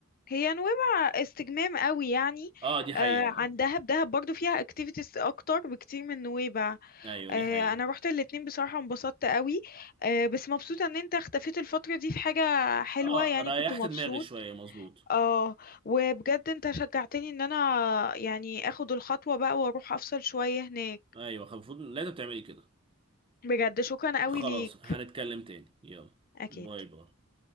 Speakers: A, on the left; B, on the right.
A: هي نويبع استجمام قوي يعني
B: اه دي حقيقه
A: آه
B: آه،
A: عن دهب دهب برضو فيها اكتيفيتيز اكتر بكتير من نويبع
B: ايوه
A: آه
B: دي حقيقه
A: انا روحت الاتنين بصراحة انبسطت قوي آه بس مبسوطة ان انت اختفيت الفترة دي في حاجة حلوة
B: اه
A: يعني
B: ريحت
A: كنت مبسوط
B: دماغي شويه مظبوط
A: اه وبجد انت شجعتني ان انا يعني اخد الخطوة بقى واروح افصل شوية هناك
B: ايوه المفروض لازم تعملي كده
A: بجد شكرا قوي
B: خلاص
A: ليك
B: هنتكلم تاني يلا
A: اكيد
B: باي باي